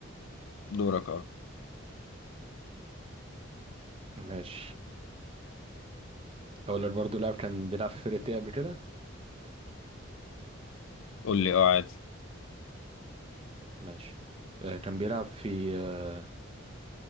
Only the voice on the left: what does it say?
دورك اه
قول لي اه عادي